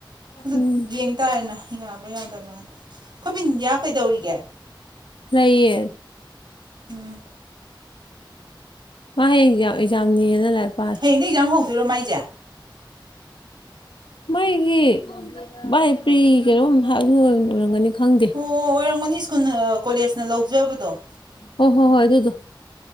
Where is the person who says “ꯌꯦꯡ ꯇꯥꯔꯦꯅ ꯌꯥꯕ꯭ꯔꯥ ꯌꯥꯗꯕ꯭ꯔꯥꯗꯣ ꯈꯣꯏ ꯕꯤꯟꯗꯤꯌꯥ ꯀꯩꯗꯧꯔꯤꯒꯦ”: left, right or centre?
Right